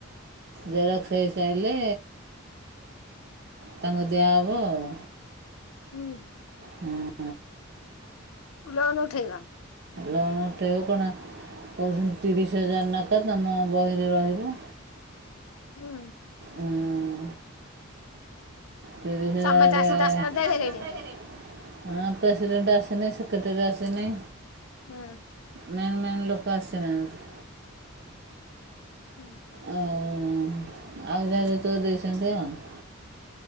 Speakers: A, on the right; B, on the left.
A: ଜେରକ୍ସ ହେଇସାରିଲେ ତାଙ୍କୁ ଦିଆ ହବ ଆଉ
B: ହୁଁ
A: ହୁଁ
B: ଲୋନ ଉଠେଇଅ
A: ଲନ ଉଠେଇବୁ କଣ କହୁଛନ୍ତି ତିରିଶ ହଜାର <unintelligible> ତମ ବହିରେ ରହିବ।
B: ହୁଁ
A: ହଁ ତିରିଶ
B: ସମସ୍ତେ
A: ହଜାର
B: ଆସି ଦାସ କରିଦେଇ
A: ହଁ
B: ଗଲେଣି
A: ପ୍ରେସିଡେଣ୍ଟ ଆସିନି ସେକ୍ରେଟାରି ଆସିନି
B: ହଁ
A: ମେନ ମେନ୍ ଲୋକ ଆସିନାହାନ୍ତି।
B: ହୁଁ।
A: ଆଉ ଆଉ ଯାହା ତୋ <unintelligible>